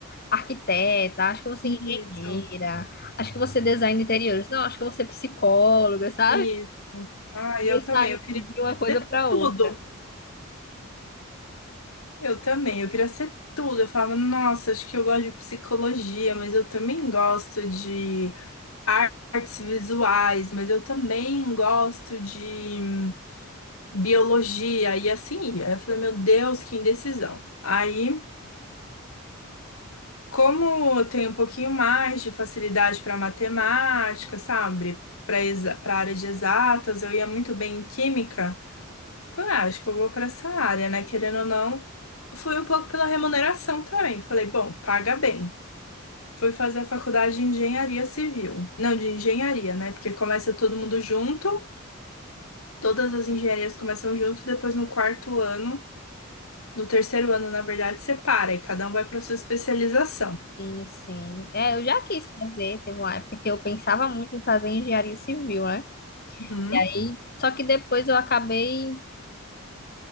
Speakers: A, on the left; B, on the left.
A: arquiteta, acho que eu vou ser
B: Isso,
A: engenheira, acho que eu vou ser design de interiores, não, acho que eu vou ser psicóloga, <laughs> sabe?
B: isso. Ah,
A: E
B: eu
A: eu
B: também.
A: saí
B: Eu queria
A: de uma coisa
B: ser
A: para outra.
B: tudo. Eu também. Eu queria ser tudo. Eu falava, nossa, acho que eu gosto de psicologia, mas eu também gosto de artes visuais, mas eu também gosto de hum, biologia. E assim ia. Eu falei, meu Deus, que indecisão. Aí. Como eu tenho um pouquinho mais de facilidade para matemática, sabe? Para para área de exatas, eu ia muito bem em química. Falei, ah, acho que eu vou para essa área, né? Querendo ou não, fui um pouco pela remuneração também. Falei, bom, paga bem. Fui fazer a faculdade de engenharia civil. Não, de engenharia, né? Porque começa todo mundo junto, todas as engenharias começam junto, depois no quarto ano, no terceiro ano, na verdade, separa e cada um vai para sua especialização.
A: Sim, sim. É, eu já quis fazer, teve uma época que eu pensava muito em fazer engenharia civil, né?
B: Uhum.
A: E aí, só que depois eu acabei